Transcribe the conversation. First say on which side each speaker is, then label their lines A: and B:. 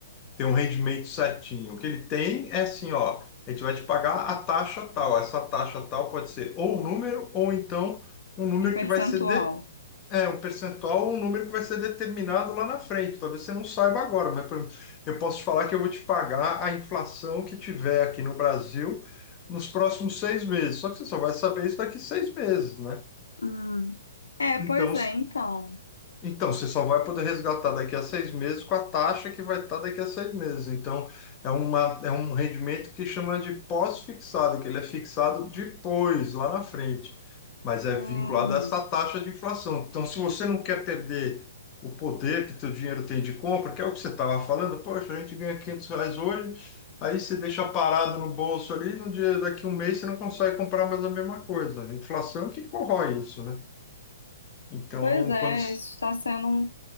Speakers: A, on the left (about 30°); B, on the left (about 75°).
A: tem um rendimento certinho. O que ele tem é assim, ó, a gente vai te pagar a taxa tal. Essa taxa tal pode ser ou um número, ou então um número
B: Um percentual.
A: que vai ser É, um percentual, um número que vai ser determinado lá na frente. Talvez você não saiba agora, mas por exemplo, eu posso te falar que eu vou te pagar a inflação que tiver aqui no Brasil nos próximos seis meses. Só que você só vai saber isso daqui seis meses, né?
B: Hum. É,
A: Então,
B: pois é, então.
A: então, você só vai poder resgatar daqui a seis meses com a taxa que vai estar daqui a seis meses. Então, é uma, é um rendimento que chama de pós-fixado, que ele é fixado depois, lá na frente, mas é
B: Hum,
A: vinculado a essa taxa de inflação. Então, se você não quer perder o poder que teu dinheiro tem de compra, que é o que você estava falando, poxa, a gente ganha 500 reais hoje, aí você deixa parado no bolso ali, no dia daqui a um mês você não consegue comprar mais a mesma coisa. A inflação é que corrói isso, né? Então,
B: pois é,
A: quando...
B: isso está sendo um.